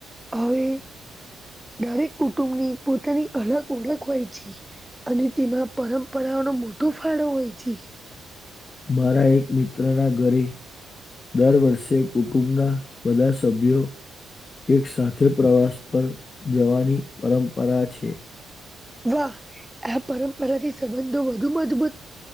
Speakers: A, in the centre; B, on the left.
A: હવે દરેક કુટુંબની પોતાની અલગ ઓળખ હોય છે. અને તેમાં પરંપરાઓનો મોટો ફાળો હોય છે.
B: મારા એક મિત્રના ઘરે દર વર્ષે કુટુંબના બધા સભ્યો એક સાથે પ્રવાસ પર જવાની પરંપરા છે.
A: વાહ આ પરંપરાથી સંબંધો વધુ મજબૂત